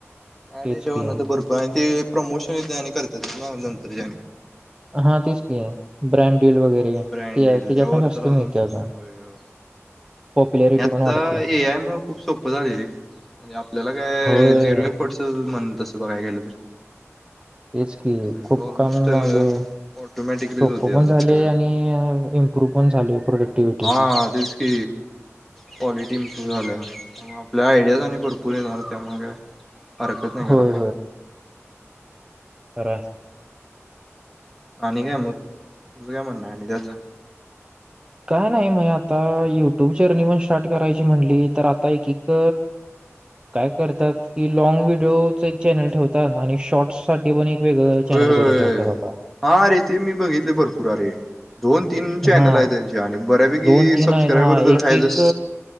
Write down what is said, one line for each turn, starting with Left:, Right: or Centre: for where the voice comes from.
Centre: ऍड
Right: तेच
Centre: याच्यावरन
Right: कि
Centre: तर भरपूर आणि ते प्रमोशन येत आणि करतात नंतरच्या
Right: हा तेच की ब्रँड वेळ वगैरे
Centre: ब्रँड
Right: ते
Centre: येईल
Right: त्याच्यात
Centre: दवरत
Right: ना जास्त
Centre: रा
Right: मिळते
Centre: आणून
Right: अजून
Centre: होयय
Right: पॉप्युलॅरिटी
Centre: आणि आता
Right: पण वाढते
Centre: ए आय मूळ खूप सोपं झालंय रे म्हणजे आपल्याला काय
Right: होय
Centre: झिरो ए पटचं म्हण तसं बघाय केलं तर
Right: तेच की
Centre: सगळ
Right: खूप
Centre: ऑलमोस्ट
Right: काम म्हणजे
Centre: ऑटोमॅटिकलीच
Right: सोपं
Centre: होते
Right: पण
Centre: आता
Right: झाले
Centre: सगळं
Right: आणि इम्प्रूव्ह पण झाल प्रोडक्टिव्हिटी
Centre: हा क क्वालिटी इम्प्रूव्ह झाल्या त्या आपल्या आयडियाज आणि भरपूर येणार त्या मग हरकत नाही
Right: होय
Centre: करायला
Right: तर
Centre: आणि काय मग तुझं काय म्हणण आणि त्यात
Right: काय नाही म आता युट्यूब जर्नी पण स्टार्ट करायची म्हणली तर आता एक एक काय करतात की लॉग व्हिडिओच एक चॅनल ठेवतात आणि शॉर्टस साठी पण एक वेगळं चॅनल
Centre: होय होय
Right: करून ठेवतात आता
Centre: हा अरे ते मी बघितले भरपूर अरे दोन तीन चॅनल
Right: हा
Centre: आहे त्यांचे आणि बऱ्यापैकी
Right: दोन तीन
Centre: सबस्क्रायबर
Right: आहेत हा
Centre: जर
Right: एक
Centre: आहे
Right: एक
Centre: जस